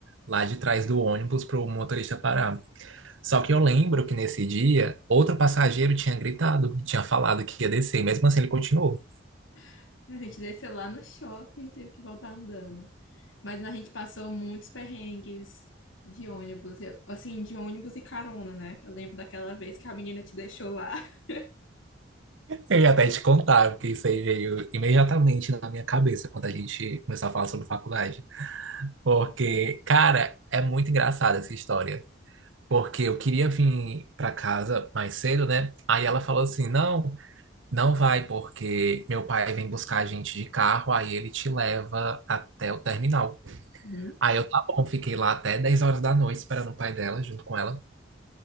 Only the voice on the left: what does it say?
<laughs> A gente desceu lá no shopping e teve que voltar andando. Mas a gente passou muitos perrengues de ônibus, eu- assim, de ônibus e carona, né? Eu lembro daquela vez que a menina te deixou lá. <laughs>
Uhum.